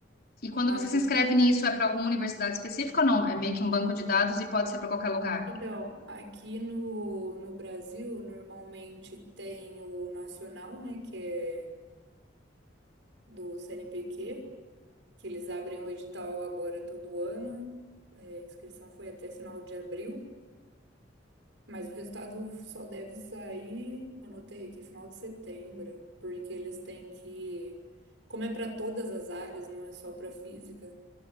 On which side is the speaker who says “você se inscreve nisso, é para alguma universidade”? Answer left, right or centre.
Left